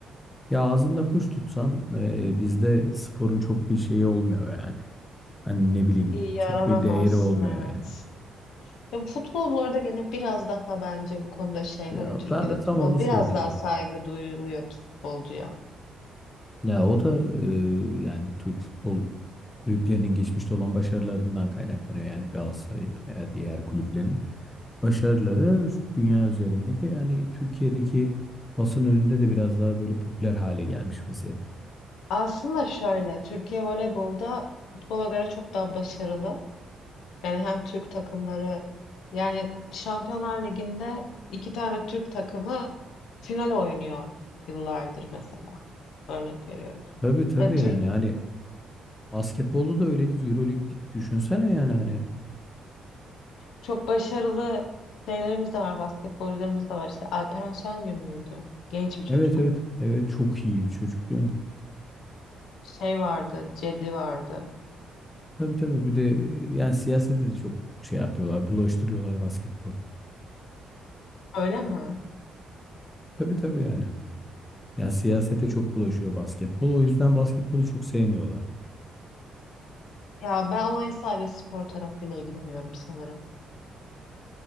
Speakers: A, on the left; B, on the left.
A: Ya ağzında kuş tutsan e, bizde sporun çok bir şeyi olmuyor yani. Hani ne bileyim
B: İyi yaralamazsın
A: çok bir değeri olmuyor
B: evet.
A: yani.
B: Ya futbol bu arada gene biraz daha bence bu konuda şey
A: Ya
B: hani Türkiye'de
A: ben de
B: futbol
A: tam onu
B: biraz
A: söyleyecektim.
B: daha saygı duyuluyor futbolcuya.
A: Ya o da e, yani Türk futbol kulüplerinin geçmişte olan başarılarından kaynaklanıyor. Yani Galatasaray'ın veya diğer kulüplerin başarıları dünya üzerindeki yani Türkiye'deki basın önünde de biraz daha böyle popüler hale gelmiş vaziyette.
B: Aslında şöyle Türkiye voleybolda futbola göre çok daha başarılı. Yani hem Türk takımları yani Şampiyonlar Ligi'nde iki tane Türk takımı final oynuyor yıllardır mesela. Örnek veriyorum.
A: Tabii tabii
B: Hani Türk
A: yani hani basketbolda da öyleyiz. Euroleague'lik düşünsene yani hani.
B: çok başarılı şeylerimiz de var, basketbolcularımız da var. İşte Alperen Şengün müydü? Genç bir çocuk.
A: Evet evet evet çok iyi bir çocuk değil mi?
B: Şey vardı, Cedi vardı.
A: Tabii tabii bir de e, yani siyasete de çok şey yapıyorlar bulaştırıyorlar basketbolu.
B: Öyle mi?
A: Tabii tabii yani. Ya siyasete çok bulaşıyor basketbol. O yüzden basketbolu çok sevmiyorlar.
B: Ya ben olayın sadece spor tarafıyla ilgileniyorum sanırım.